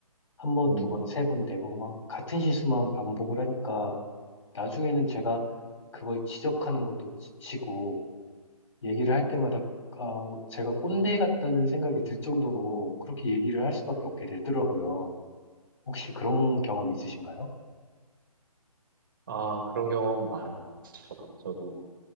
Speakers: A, on the left; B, on the right.
A: 한 번,
B: 음,
A: 두 번, 세 번, 네 번 막 같은 실수만 반복을 하니까 나중에는 제가 그걸 지적하는 것도 지치고 얘기를 할 때마다 아, 어, 제가 꼰대 같다는 생각이 들 정도로 그렇게 얘기를 할 수밖에 없게 되더라고요. 혹시 그런 경험 있으신가요?
B: 아, 그런 경험 많죠. 저도